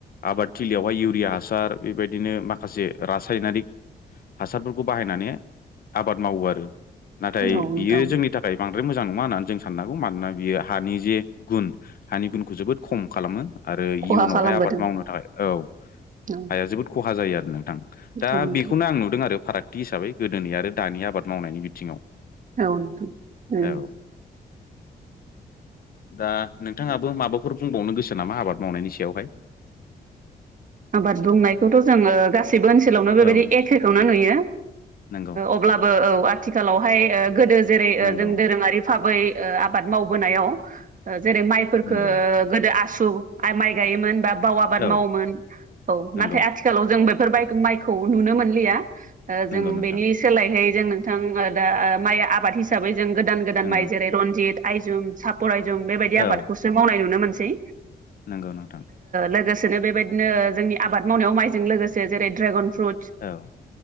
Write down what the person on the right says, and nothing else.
औ नोंथां
खहा
खालामबोदों
औ
औ
नोंथां
ओ नोंथां अ
<inaudible>
आबाद बुंनायखौथ' जोङो गासैबो गासैबो ओनसोलावनो बेबायदि
एखेखौना नुयो
अब्लाबो औ आथिखालावहाय गोदो जेरै
जों दोरोङारि भाबै आबाद मावबोनायाव जेरै माइफोरखौो
गोदो आसु माइ गायोमोन बा बाव आबाद
मावोमोन औ
नाथाय आथिखालाव जों बेफोर माइखौ नुनो मोनलिया
जों
बेनि सोलायहै जों नोंथां दा माइ आबाद हिसाबै जों गोदान गोदान
माइ जेरै रनजित आयजं सापर आइजं बेबायदि
आबादखौसो मावनाय नुनो मोनसै
लोगोसेनो बेबायदि जोंनि आबाद मावनायाव माइजों लोगोसे जेरै द्रेगन फ्रुट